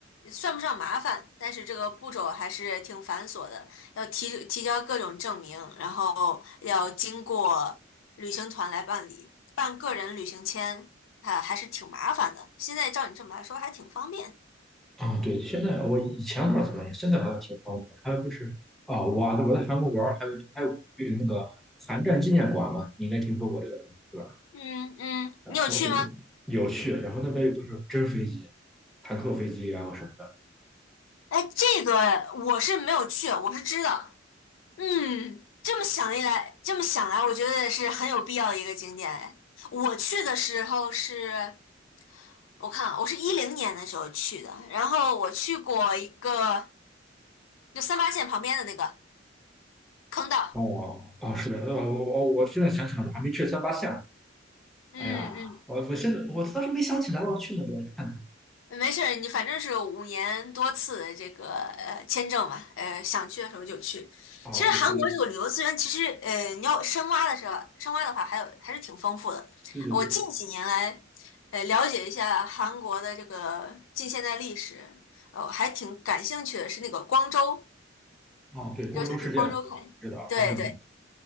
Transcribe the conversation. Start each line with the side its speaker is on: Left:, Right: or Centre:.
Left: 算不上麻烦，但是这个步骤还是挺繁琐的，要提提交各种证明，然后要经过旅行团来办理，办个人旅行签，啊，还是挺麻烦的。现在照你这么来说，还挺方便。
Centre: 啊。对，现在我以前不知道怎么样，现在好像挺方便的还有就是啊，我我在韩国玩儿，还有还有就是那个韩战纪念馆嘛，你应该听说过这个东西，对吧？
Left: 嗯嗯，
Centre: 然后对，
Left: 你有去吗？
Centre: 有趣。然后那边又都是真飞机、坦克飞机啊什么的。
Left: 哎，这个我是没有去，我是知道。嗯，这么想一来，这么想来，我觉得是很有必要的一个景点。哎，我去的时候是，我看啊，我是一零年的时候去的，然后我去过一个，就三八线旁边的那个坑道。
Centre: 哦哦，是的，呃，我我我现在想起来，我还没去三八线呢。
Left: 嗯嗯，
Centre: 哎呀，我我现在我当时没想起来我要去那边看看。
Left: 没事儿，你反正是五年多次的这个呃签证嘛，呃想去的时候就去。
Centre: 啊，
Left: 其实韩国这个旅游资源，
Centre: 对，还有
Left: 其实呃你要深挖的时候，深挖的话还有还是挺丰富的。
Centre: 对对对。
Left: 我近几年来，呃了解一下韩国的这个近现代历史，呃我还挺感兴趣的是那个光州，
Centre: 哦，对，光州事件对知道他们
Left: 就想去光州看。对对，